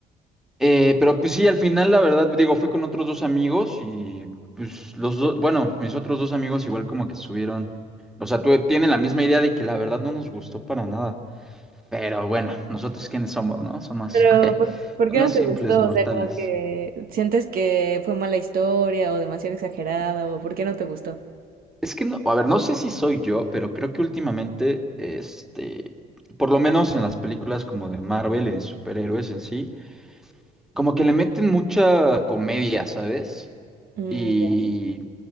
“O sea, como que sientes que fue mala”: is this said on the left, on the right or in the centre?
Right